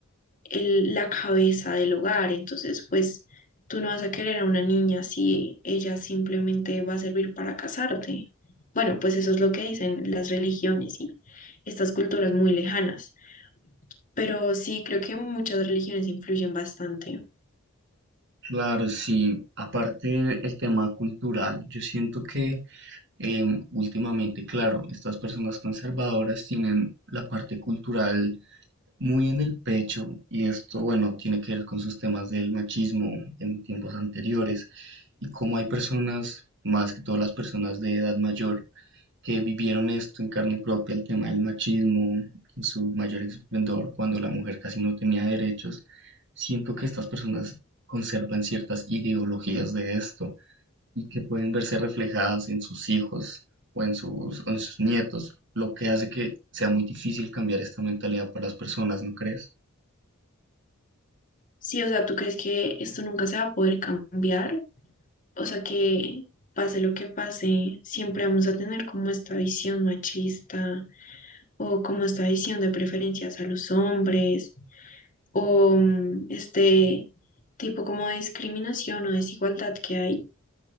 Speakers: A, on the left (about 40°); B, on the right (about 60°).
A: el, la cabeza del hogar, entonces pues tú no vas a querer a una niña si ella simplemente va a servir para casarte. Bueno, pues eso es lo que dicen las religiones y estas culturas muy lejanas, pero sí creo que muchas religiones influyen bastante.
B: Claro, sí, aparte el tema cultural, yo siento que em, últimamente, claro, estas personas conservadoras tienen la parte cultural muy en el pecho y esto, bueno, tiene que ver con sus temas del machismo en tiempos anteriores y cómo hay personas, más que todas las personas de edad mayor, que vivieron esto en carne propia, el tema del machismo en su mayor esplendor, cuando la mujer casi no tenía derechos, siento que estas personas conservan ciertas ideologías de esto y que pueden verse reflejadas en sus hijos o en sus, o en sus nietos, lo que hace que sea muy difícil cambiar esta mentalidad para las personas, ¿no crees?
A: Sí, o sea, ¿tú crees que esto nunca se va a poder cambiar? O sea, que pase lo que pase, siempre vamos a tener como esta visión machista o como esta visión de preferencias a los hombres o mm, este tipo como de discriminación o desigualdad que hay.